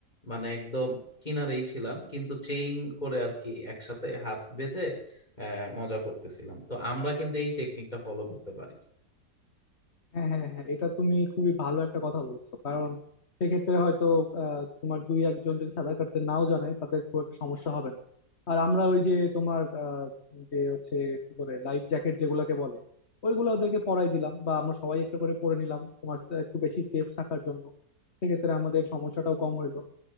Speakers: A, on the left; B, on the left.
A: মানে একদম কিনারেই ছিলাম কিন্তু চেইন করে আর কি একসাথে হাত বেঁধে আহ, মজা করতেছিলাম তো আমরা কিন্তু এই টেকনিকটা ফলো করতে পারি
B: হ্যাঁ হ্যাঁ হ্যাঁ এটা তুমি খুবই ভালো একটা কথা বলছো কারণ সেক্ষেত্রে হয়তো আহ, তোমার দুই একজন যদি সাঁতার কাটতে নাও জানে তাদের খুব একটা সমস্যা হবে না আর আমরা ওই যে তোমার আহ, যে হচ্ছে কি বলে লাইফ জ্যাকেট যেগুলোকে বলে ওইগুলো ওদেরকে পরাই দিলাম বা আমরা সবাই একটা করে পরে নিলাম তোমার সা- একটু বেশি সেফ থাকার জন্য সেক্ষেত্রে আমাদের সমস্যাটাও কম হইলো